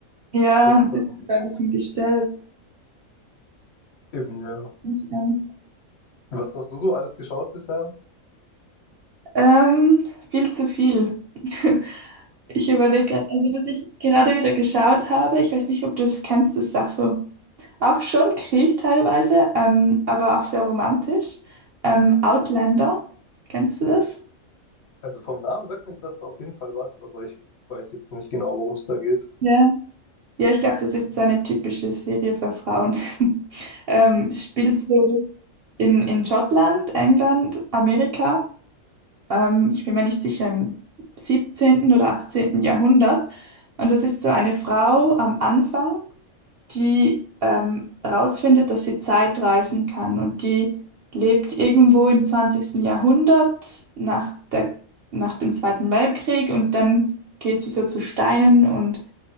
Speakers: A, on the right (about 60°); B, on the left (about 55°).
A: Ja,
B: dass dann
A: das ist ein bisschen gestellt.
B: eben, ja.
A: Nicht an.
B: Was hast du so alles geschaut bisher?
A: Ähm, viel zu viel. <laughs> Ich überlege gerade, also was ich gerade wieder geschaut habe, ich weiß nicht, ob du das kennst, das ist auch so, auch schon Krieg teilweise, ähm, aber auch sehr romantisch. Ähm, Outlander, kennst du das?
B: Also vom Namen sagt mir das auf jeden Fall was, aber ich weiß jetzt nicht genau, worum es da geht.
A: Ja. Ja, ich glaube, das ist so eine typische Serie für Frauen. <laughs> Ähm, es spielt so in, in Schottland, England, Amerika. Ähm, ich bin mir nicht sicher, im siebzehnten oder achtzehnten Jahrhundert. Und das ist so eine Frau am Anfang, die ähm, rausfindet, dass sie Zeit reisen kann. Und die lebt irgendwo im zwanzigsten Jahrhundert nach der, nach dem Zweiten Weltkrieg. Und dann geht sie so zu Steinen und